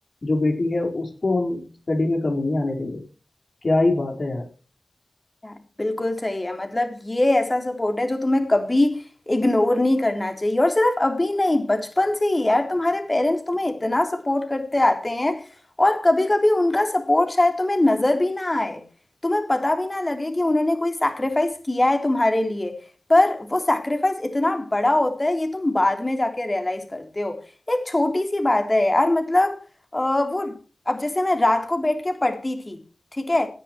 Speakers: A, on the left; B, on the left.
A: जो बेटी है उसको हम स्टडी में कमी नहीं आने देंगे क्या ही बात है यार
B: है। बिल्कुल सही है मतलब ये ऐसा सपोर्ट है जो तुम्हें कभी इग्नोर नहीं करना चाहिए और सिर्फ अभी नहीं बचपन से ही यार तुम्हारे पेरेंट्स तुम्हें इतना सपोर्ट करते आते हैं और कभी कभी उनका सपोर्ट शायद तुम्हें नजर भी ना आए तुम्हें पता भी ना लगे कि उन्होंने कोई सैक्रिफाइस किया है तुम्हारे लिए पर वो सैक्रिफाइस इतना बड़ा होता है ये तुम बाद में जाके रियलाइज करते हो एक छोटी सी बात है यार मतलब अ, वो अब जैसे मैं रात को बैठ के पढ़ती थी ठीक है